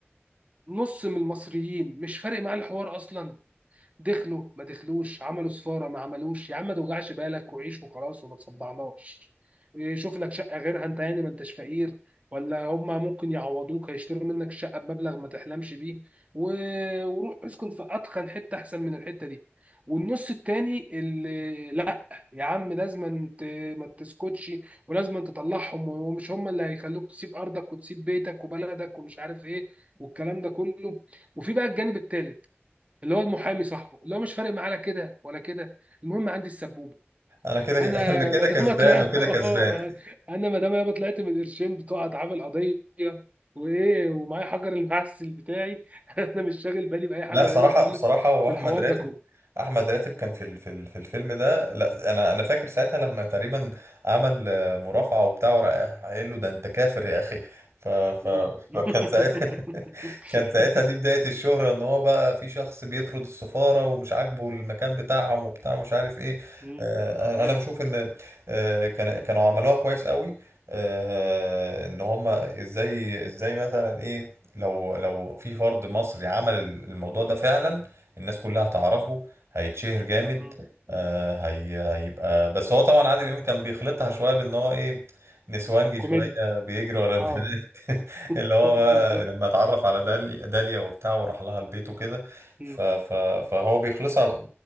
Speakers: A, on the right; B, on the right.
A: نص من المصريين مش فارق معاه الحوار اصلا دخلوا ما دخلوش عملوا سفاره ما عملوش يا عم ما توجعش بالك وعيش وخلاص وما تصدعناش إيه، شوف لك شقه غيرها انت يعني ما انتش فقير ولا هما ممكن يعوضوك هيشتروا منك شقه بمبلغ ما تحلمش بيه و- وروح اسكن في اتخن حته احسن من الحته دي والنص التاني اللي لا يا عم لازم انت ما تسكتش ولازم تطلعهم ومش هم اللي هيخلوك تسيب ارضك وتسيب بيتك وبلدك ومش عارف ايه والكلام ده كله وفي بقى الجانب التالت اللي هو المحامي صاحبه اللي هو مش فارق معاه لا كده ولا كده المهم عندي السبوبه
B: انا كده
A: انا
B: <laughs> انا كده
A: ما دام
B: كسبان
A: اطلع
B: وكده
A: <laughs> اه
B: كسبان
A: انا ما دام يابا طلعت من القرشين بتوع اتعاب القضيه وايه ومعايا حجر المعسل بتاعي <laughs> انا مش شاغل بالي باي حاجه
B: لا صراحة
A: تانيه خالص
B: صراحة هو
A: في
B: أحمد
A: الحوار
B: راتب
A: ده كله
B: أحمد راتب كان في ال- في ال- في الفيلم ده لا أنا أنا فاكر ساعتها لما تقريبا عمل آه، مرافعة وبتاع وراح قايل له ده أنت كافر يا أخي ف ف
A: مم.
B: فكان ساعتها
A: <laughs>
B: <laughs> كان ساعتها دي بداية الشهرة إن هو بقى في شخص بيطرد السفارة ومش عاجبه المكان بتاعهم وبتاع مش عارف إيه
A: مم.
B: آه، أنا
A: ايوه
B: أنا بشوف إن آه، كان كانوا عملوها كويس قوي آه، إن هما إزاي إزاي مثلا إيه لو لو في فرد مصري عمل الموضوع ده فعلا الناس كلها هتعرفه هيتشهر جامد
A: مم.
B: آه هي هيبقى بس هو طبعا عادل امام كان بيخلطها شويه بان هو ايه نسوانجي
A: الكوميديا
B: شويه بيجري ورا البنات
A: اه
B: <laughs>
A: <laughs>
B: اللي هو
A: بالظبط
B: بقى لما اتعرف على دالي داليا وبتاع وراح لها البيت وكده
A: مم.
B: ف- ف- فهو بيخلصها